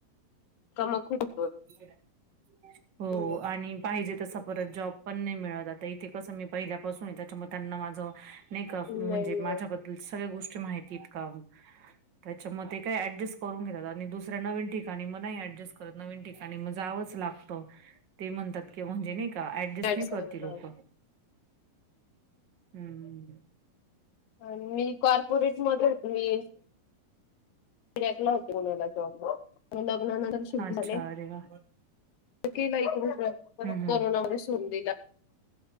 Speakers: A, on the left (about 65°); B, on the right (about 80°).
A: का मग <unintelligible>
B: <inaudible> हो,
A: हम्म.
B: आणि पाहिजे तसं, परत जॉब पण नाही मिळाला, ते कसं मी पहिल्यापासून, त्याच्यामुळे त्यांना माझं नाही का, म्हणजे
A: नाही मिळत
B: माझ्याबद्दल, सगळ्या गोष्टी माहिती आहेत का. त्याच्या मधे, काय ऍडजस्ट करून घेतात. आणि दुसऱ्या नवीन ठिकाणी, मग नाही ऍडजस्ट करत. नवीन, ठिकाणी म जावंच लागतो. ते म्हणतात की, म्हणजे नाही का, ऍडजस्ट
A: मॅच
B: नाही करती,
A: करत
B: लोकं.
A: आहोत
B: हम,
A: अन मी, कॉर्पोरेट मध्ये होते. मी सिडॅकला होते पुण्याला जॉबला, मग लग्नानंतर शिफ्ट
B: अच्छा
A: झाले,
B: अरे वा
A: केला इकडून प्रयत्न, पण
B: हम्म हम्म
A: करोना मध्ये सोडून दिला.